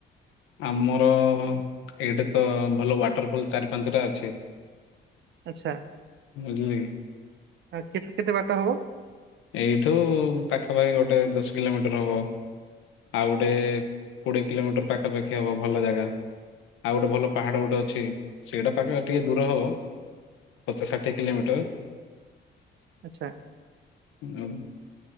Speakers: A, on the left; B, on the right.
A: ଆମର ଏଇଠି ତ ଭଲ ୱାଟରଫୁଲ୍ ଚାରି, ପାଞ୍ଚଟା ଅଛି।
B: ଆଚ୍ଛା,
A: ବୁଝିଲେ କି
B: ଆ କେତେ କେତେ ବାଟା ହବ?
A: ଏଇଠୁ ପାଖାପାଖି ଗୋଟେ ଦଶ କିଲୋମିଟର ହବ। ଆଉ ଗୋଟେ କୋଡ଼ିଏ କିଲୋମିଟର ପାଖାପାଖି ହବ, ଭଲ ଜାଗା। ଆଉ ଗୋଟେ ଭଲ ପାହାଡ଼ ଗୋଟେ ଅଛି ସେଇଟା ପାଖା ଟିକେ ଦୂର ହବ। ପଚାଶ, ଷାଠିଏ କିଲୋମିଟର।
B: ଆଚ୍ଛା।
A: ଆଉ?